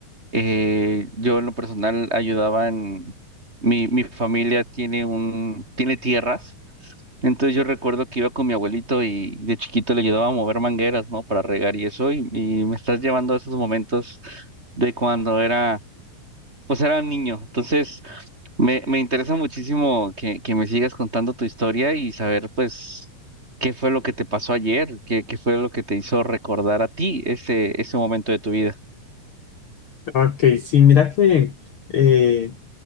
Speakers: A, on the right; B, on the left.
A: eh, yo en lo personal ayudaba en... Mi, mi familia tiene un, tiene tierras, entonces yo recuerdo que iba con mi abuelito y de chiquito le ayudaba a mover mangueras, ¿no? Para regar y eso, y, y me estás llevando a esos momentos de cuando era, pues era niño. Entonces... Me, me interesa muchísimo que, que me sigas contando tu historia y saber, pues, qué fue lo que te pasó ayer, qué, qué fue lo que te hizo recordar a ti ese, ese momento de tu vida.
B: Ok, sí, mira que eh,